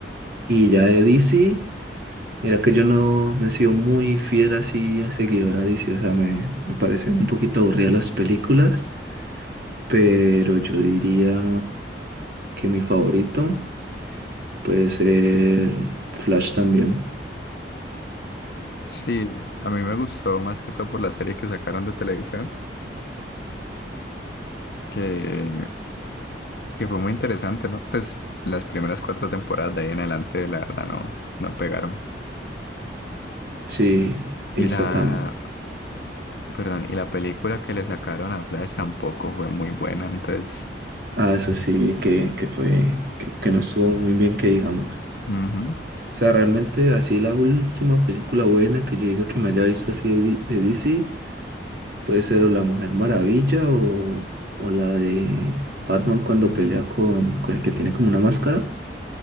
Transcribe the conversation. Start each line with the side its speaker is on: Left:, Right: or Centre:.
Right: Y ya de DC, mira que yo no, no he sido muy fiel así a seguidor a DC, o sea, me, me parecen un poquito aburridas las películas, pero yo diría que mi favorito puede ser Flash también.
Left: Sí, a mí me gustó más que todo por la serie que sacaron de televisión, que Que fue muy interesante, ¿no? Pues las primeras cuatro temporadas de ahí en adelante, la verdad, no, no pegaron.
Right: Sí, esa
Left: Y la,
Right: también
Left: perdón, y la película que le sacaron a Flash tampoco fue muy buena, entonces...
Right: Ah, eso sí, vi que, que fue, que, que no estuvo muy bien que digamos.
Left: ujú,
Right: O sea, realmente así la última película buena que yo diga que me haya visto así de, Di- de DC puede ser o La Mujer Maravilla o, o la de Batman cuando pelea con, con el que tiene como una máscara,